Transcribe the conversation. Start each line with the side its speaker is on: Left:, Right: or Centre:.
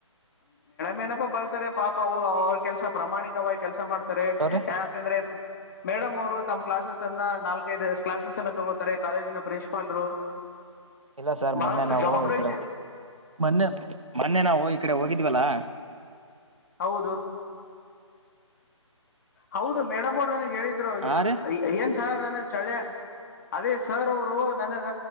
Left: ಮೇಡಂಮ್ಪಾ ಬರ್ತಾರೆ ಪಾಪ ಅವ್ರ ಕೆಲ್ಸ ಪ್ರಾಮಾಣಿಕವಾಗಿ ಕೆಲ್ಸ ಮಾಡ್ತಾರೆ
Right: ಅವ್ರಿ
Left: ಯಾಕಂದ್ರೆ ಮೇಡಮ್ ಅವರು ತಮ್ಮ್ ಕ್ಲಾಸಸ್ ಅನ್ನ ನಾಲ್ಕೈದು ಕ್ಲಾಸಸ್ ಅನ್ನ ತಗೊಳ್ತಾರೆ ಕಾಲೇಜಿನ ಪ್ರಿನ್ಸಿಪಾಲ್ರು.
Right: ಇಲ್ಲ ಸರ್
Left: ಬಹಳಷ್ಟು
Right: ಮೊನ್ನೆ ನಾವು
Left: ಜವಾಬ್ದಾರಿ
Right: ಈಡೆ
Left: ಇದೆ
Right: ಮೊನ್ನೆ ಮೊನ್ನೆ ನಾವು ಈಡೆ ಹೋಗಿ ಹವಲ್ಲಾ
Left: ಹೌದು ಹೌದು ಮೇಡಮ್ ಅವರು ನನಗ್ ಹೇಳಿದ್ರು
Right: ಹಾ ರೀ
Left: ಏನ್ ಸಾರ್ ನನ ಚಳ್ಳೆ ಅದೇ ಸರ್ ಅವರು ನನಗ